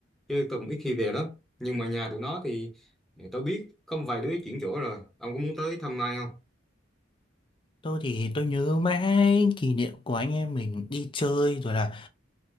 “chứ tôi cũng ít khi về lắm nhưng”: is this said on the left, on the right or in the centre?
Centre